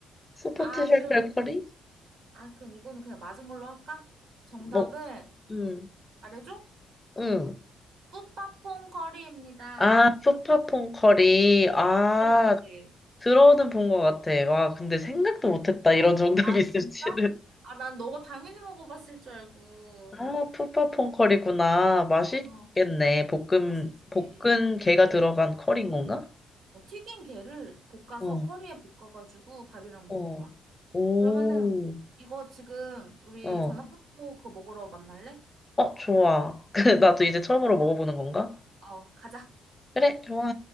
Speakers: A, on the left (about 20°); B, on the right (about 75°).
A: 소포트
B: 아,
A: 쉘
B: 그러면,
A: 커리?
B: 아, 그럼 이거는 그냥 맞은 걸로 할까? 정답은,
A: <laughs> 뭐, 음,
B: 말해줘?
A: 음.
B: 뿌빠퐁 커리입니다.
A: 아, 푸파퐁 커리. 아,
B: 들어봤지?
A: 들어는 본 것 같아. 와, 근데 생각도 못했다. 이런 정답이
B: 아,
A: 있을지는.
B: 진짜? 아, 난 너가 당연히 먹어봤을 줄 알고.
A: 아, 푸파퐁 커리구나. 맛있겠네.
B: 어,
A: 볶음,
B: 맛있지.
A: 볶은 게가 들어간 커리인 건가?
B: 어, 튀긴 게를 볶아서
A: 어,
B: 커리에 볶아가지고 밥이랑 먹는
A: 어.
B: 거야.
A: 오,
B: 그러면은 이거 지금 우리
A: 어.
B: 전화 끊고 그거 먹으러 만날래?
A: 어, 좋아. <laughs> 그, 나도 이제 처음으로 먹어보는 건가?
B: 어, 가자.
A: 그래, 좋아.